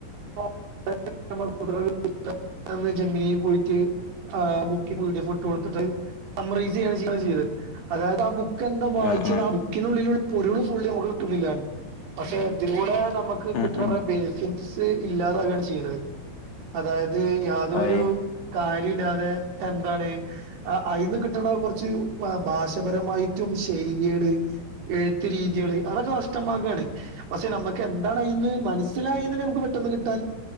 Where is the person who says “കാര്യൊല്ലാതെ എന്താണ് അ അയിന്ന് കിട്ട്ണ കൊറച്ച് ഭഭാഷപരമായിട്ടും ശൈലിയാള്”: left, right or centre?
Right